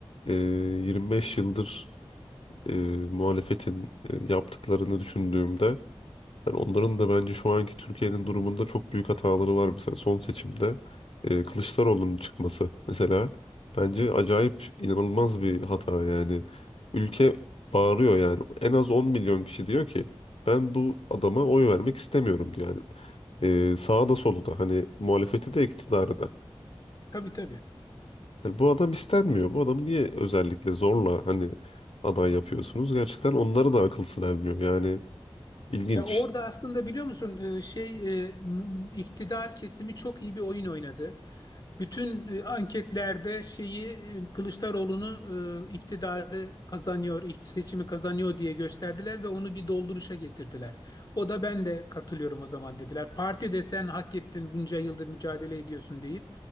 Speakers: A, on the left; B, on the left.
A: e, 25 yıldır e, muhalefetin e, yaptıklarını düşündüğümde yani onların da bence şu anki Türkiye'nin durumunda çok büyük hataları var. Mesela son seçimde e, Kılıçdaroğlu'nun çıkması mesela bence acayip inanılmaz bir hata yani. Ülke bağırıyor yani. En az 10 milyon kişi diyor ki ben bu adama oy vermek istemiyorum diyor. Yani e, sağda soluda hani muhalefeti de iktidarı da.
B: Tabii tabii.
A: Yani bu adam istenmiyor. Bu adamı niye özellikle zorla hani aday yapıyorsunuz? Gerçekten onlara da akıl sır ermiyor. Yani ilginç.
B: Ya orada aslında biliyor musun e, şey e, m- iktidar kesimi çok iyi bir oyun oynadı. Bütün e, anketlerde şeyi e, Kılıçdaroğlu'nu e, iktidarı kazanıyor, ikt- seçimi kazanıyor diye gösterdiler ve onu bir dolduruşa getirdiler. O da ben de katılıyorum o zaman dediler. Parti de sen hak ettin bunca yıldır mücadele ediyorsun deyip.